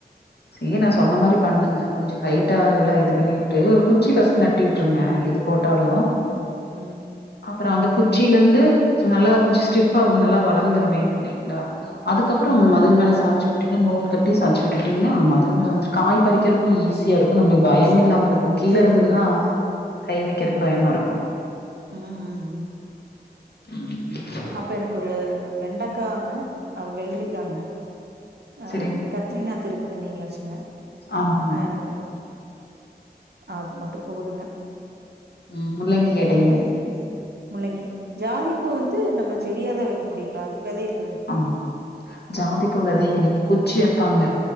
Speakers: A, on the left (about 75°); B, on the right (about 70°).
A: அப்டியே நா சொன்ன மாரி பண்ணுங்க கொஞ்சோ ஹெயிட்டா எல்லா இது பண்ணிவுட்டு ஒரு குச்சி ஃபர்ஸ்ட் நட்டி விட்டுருங்க எதுக்கோ நட்டாலு
B: ம் ம்
A: அப்றோ அந்த குச்சிலருந்து நல்லா குச்சி ஸ்டிஃபா இன்னு நல்லா வளந்துரு நீட் நீட்டா அதுக்கப்றோ
B: ம்
A: மதுல் மேல சாச்சி உட்டீங்க நூல் கட்டி சாச்சி உட்டுடிங்கன்னா அ மதுல் மேல வந்துட்டு காய் பறிக்கறதுக்கு ஈஸி யா இருக்கு நம்மளுக்கு பயம்
B: ஈஸியா
A: இல்லாம
B: இருக்குதா
A: இருக்கு கீழ
B: சேரிங்க
A: இருந்ததுன்னா கை வெக்கிறதுக்கு
B: ம்
A: பயமா இருக்கு
B: ம் ம் ம்
A: உம்
B: அப்போ எனக்கு ஒரு வெண்டக்காங்க அ வெள்ரிக்காங்க அ
A: சரிங்
B: கத்ரிநாத் இருக்குது நீங்களே வெச்சிக்கங்க
A: ஆமாங்க
B: அ அது அது மட்டு போதுங்க
A: ம் முள்ளங்கி கேட்டீங்க
B: ம் முள்ளங்கி ஜாதிப்பூ வந்து நம்ம செடியா தா வெக்க முடியுங்ளா அதுக்கு வெத இருக்
A: ஆமா ஜாதி பூ வெத இல்லைங்க குச்சி வெப்பாங்க